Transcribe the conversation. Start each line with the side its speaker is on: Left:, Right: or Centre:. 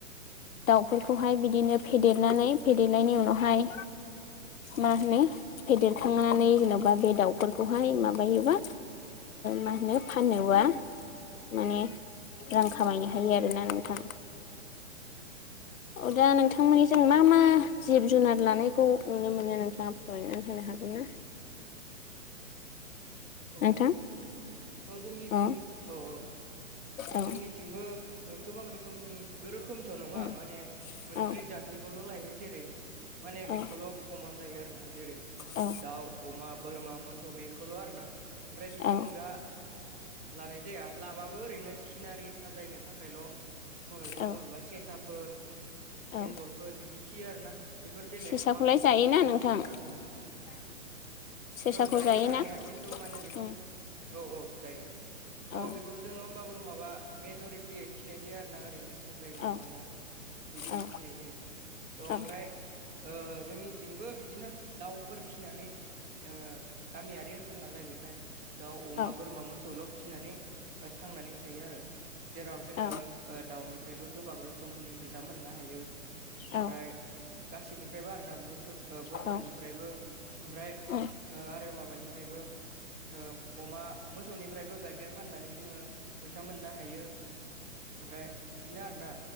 Left: दाउफोरखौहाय बिदिनो फेदेरनानै फेदेरनायनि उनावहाय मा होनो फेदेरखांनानै जेन'बा बे दाउ बेखौहाय माबायोबा मा होनो फानोबा माने रां खामायनो हायो आरोना नोंथां औ दा
Right: नंगौ
Left: नोंथांमोननि जों
Right: थारैनो
Left: मा मा जिब जुनार लानायखौ नुनो मोनो नोंथाङा फोरमायनानै होनो हागोन ना
Right: औ
Left: नोंथां
Right: थ' जोंनिथिं
Left: अ
Right: औ औ थ'
Left: औ
Right: जोंनिथिंबो गोबां रोखोमनि रोखोमथ' नङा
Left: उम
Right: माने मोनब्रै
Left: औ
Right: जात निखौल' लायो जेरै माने
Left: औ
Right: बेखौल' कमन लायो आरोना जेरै
Left: औ
Right: दाउ अमा बोरमा मोसौ बेखौल' आरोना ओमफ्राय बिनि
Left: औ
Right: अनगा लानाय जाया लाबाबो ओरैनो सिनारि साजायनो थाखायल' माबेबा
Left: औ
Right: माबेबा सेसा फोर
Left: औ
Right: एन्जरफोर बिदि फिसियो आरो ना बेफोर बेलेग
Left: सेसाखौलाय
Right: बाथ'फोर
Left: जायोना
Right: फिसिनाय
Left: नोंथां
Right: बेफोर आरोना
Left: <inaudible> सेसाखौ
Right: औ जायो
Left: जायोना
Right: जानाया खिन्थु माने बेखौ
Left: उम
Right: औ औ जायो थ'
Left: औ
Right: बेखौ जोङो होमबाबो माबा मेज'रिटियै फिनाय जाया आरोना ओरैनो साजायनो
Left: औ
Right: मानो बिदि
Left: औ
Right: फिनाय जायो थ' ओमफ्राय
Left: औ
Right: ओ जोंनिथिंबो बिदिनो दाउफोर फिनानै ओ गामियारि ओनसोल नालाय बेखाय दाउ, अमा,
Left: औ
Right: बोरमा मोसौल' फिसिनानै ओ थांनानै थायो आरो। जेराव जोङो
Left: औ
Right: ओ दाउनिफ्रायबो गोबां रोखोमनि फैसा मोननो हायो। ओमफ्राय
Left: औ
Right: गासैनिफ्रायबो आरोना मोसौ ओ बोरमानिफ्रायबो
Left: औ
Right: ओमफ्राय
Left: औ
Right: ओ आरो माबानिफ्रायबो ओ अमा मोसौनिफ्रायबो गाइखेर फानना नानै जोङो फैसा मोननो हायो ओमफ्राय बिदिनो आरोना।